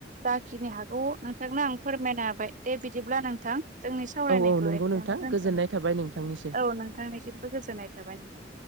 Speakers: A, on the right; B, on the right.
A: जाखिनि हागौ नोंथांनो आं फोरमायनो हाबाय दे बिदिब्ला नोंथां जोंनि सावरायनायखौ
B: औ औ नंगौ
A: एसेयनो
B: नोंथां
A: दोनथ'नोसै
B: गोजोननाय थाबाय नोंथांनिसिम
A: औ नोंथांनिसिमबो गोजोननाय थाबाय नोंथां